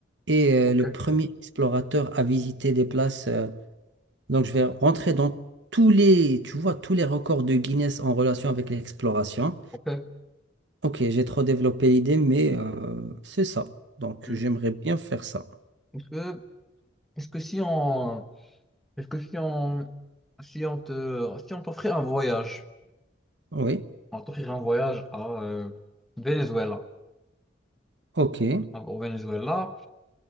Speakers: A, on the right (about 65°); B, in the centre.
A: et euh,
B: Ok.
A: le premier explorateur à visiter des places. euh. donc, je vais rentrer dans tous les, tu vois, tous les records de Guinness en relation avec l'exploration.
B: Ok.
A: Ok, j'ai trop développé l'idée, mais euh, c'est ça. Donc,
B: Hmm.
A: j'aimerais bien faire ça.
B: Est-ce que, est-ce que si on, est-ce que si on, si on te, si on t'offrait un voyage,
A: Oui,
B: on t'offrirait un voyage à euh, Venezuela.
A: ok.
B: hein, au Venezuela,